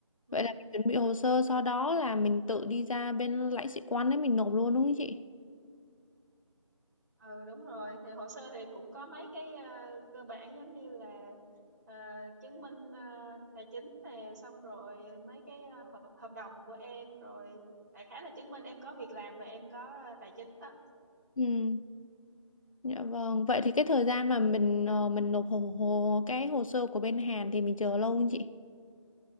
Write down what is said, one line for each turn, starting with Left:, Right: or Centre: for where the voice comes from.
Right: ừ.
Left: Vậy là mình chuẩn bị hồ sơ sau đó là mình tự đi ra bên lãnh sự quán đấy mình nộp luôn đúng không chị?
Right: ừ đúng rồi thì hồ sơ thì cũng có mấy cái à, cơ bản giống như là à, chứng minh à, tài chính nè xong rồi mấy cái à, hợp, hợp đồng của em rồi đại khái là chứng minh em có việc làm và em có à, tài chính đó
Left: Ừ. Dạ vâng, vậy thì cái thời gian mà mình ờ, mình nộp hồ, hồ cái hồ sơ của bên Hàn thì mình chờ lâu không chị?